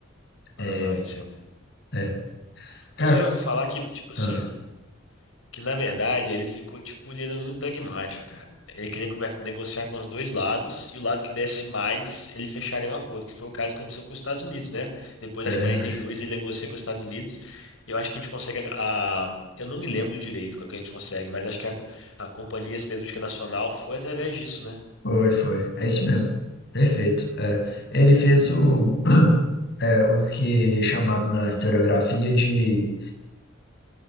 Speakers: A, on the left (about 75°); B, on the left (about 55°).
A: Ah,
B: É,
A: isso é... um,
B: é. Cara,
A: Mas eu já ouvi falar que, tipo assim,
B: ah,
A: que na verdade ele ficou, tipo, ele era muito pragmático, cara. Ele queria conversa, negociar com os dois lados e o lado que desse mais, ele fecharia um acordo, que foi o caso que aconteceu com os Estados Unidos, né? Depois
B: é
A: das
B: verdade.
A: 42, ele negocia com os Estados Unidos e eu acho que a gente consegue a... a- Eu não me lembro direito qual que a gente consegue, mas acho que a, a Companhia Siderúrgica Nacional foi através disso, né?
B: Foi, foi. É isso mesmo. Perfeito. É. Ele fez o, <clears throat> é, o que é chamado na historiografia de.